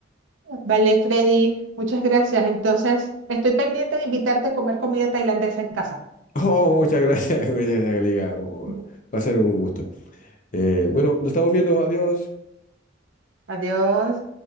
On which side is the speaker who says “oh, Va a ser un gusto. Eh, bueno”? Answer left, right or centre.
Left